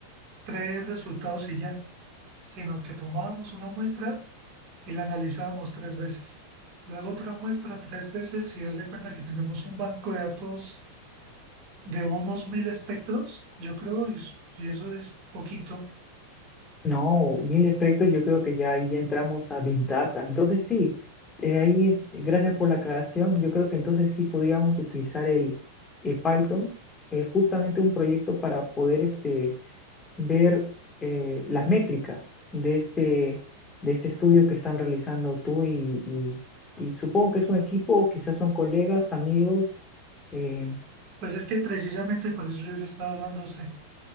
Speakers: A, on the right; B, on the left.
A: tres resultados y ya, sino que tomábamos una muestra y la analizábamos tres veces. Luego otra muestra tres veces y haz de cuenta que tenemos un banco de datos de unos mil espectros, yo creo, y, es- y eso es poquito.
B: No, mil aspectos, yo creo que ya ahí entramos a Big Data. Entonces sí, eh, ahí gracias por la aclaración. Yo creo que entonces sí podríamos utilizar el eh, Python, eh, justamente un proyecto para poder este, ver eh, las métricas de este, de este estudio que están realizando tú y, y- y supongo que es un equipo, o quizás son colegas, amigos. eh,
A: Pues es que precisamente por eso yo le estaba hablando a usted.